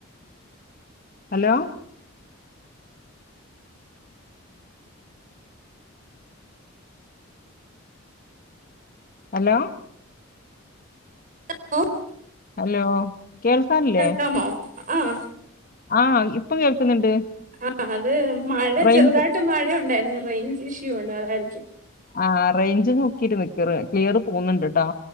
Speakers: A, on the left; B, on the right.
A: hello hello
B: <inaudible>
A: hello കേൾക്കാല്ലേ
B: കേൾക്കാമോ ആഹ്
A: ആഹ് ഇപ്പം കേൾക്കുന്നുണ്ട്
B: <inaudible> അത് മഴ
A: റേഞ്ച്
B: ചെറുതായിട്ട് മഴയുണ്ടായി റെയ്ഞ്ച് ഇഷ്യൂ ഉണ്ട് അതായിരിക്കും
A: ആ റേഞ്ച് നോക്കിട്ട് നിക്ക്‌ റേ ക്ലിയറു പോന്ന്‌ണ്ട്ട്ടോ.